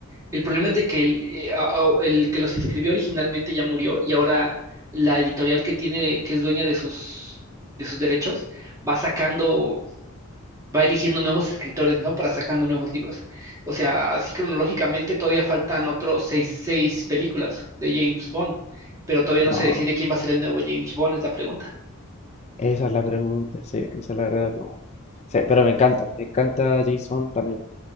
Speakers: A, on the right (about 15°); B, on the left (about 30°).
A: El problema es de que el, eh, a- a- el que los escribió originalmente ya murió y ahora la editorial que tiene, que es dueña de sus, de sus derechos, va sacando va eligiendo nuevos escritores, ¿no? Para sacando nuevos libros. O sea, así cronológicamente todavía faltan otros seis, seis películas de James Bond, pero todavía
B: Wow,
A: no se decide quién va a ser el nuevo James Bond, es la pregunta.
B: esa es la pregunta, sí, esa es la verdadera pregunta. Sí, pero me encanta, me encanta James Bond también.